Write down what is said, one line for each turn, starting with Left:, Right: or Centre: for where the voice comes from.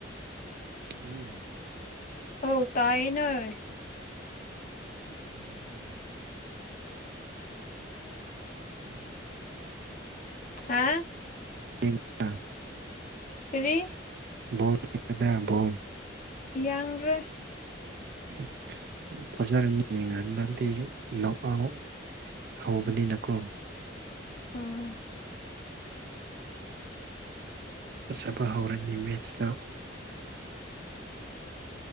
Right: ꯍꯜꯂꯣ
Left: ꯍꯣꯏ ꯇꯥꯏꯌꯦ ꯅꯥꯏ
Right: <inaudible> <inaudible> <unintelligible>
Left: ꯍꯥ ꯀꯔꯤ
Right: ꯕꯣꯡ <unintelligible>
Left: ꯌꯥꯡꯒ꯭ꯔꯦ
Right: <unintelligible> ꯍꯧꯕꯅꯤꯅꯀꯣ
Left: ꯑꯥ
Right: ꯐꯖꯕ ꯍꯧꯔꯦꯟꯅꯤ ꯃꯦꯠꯁꯇ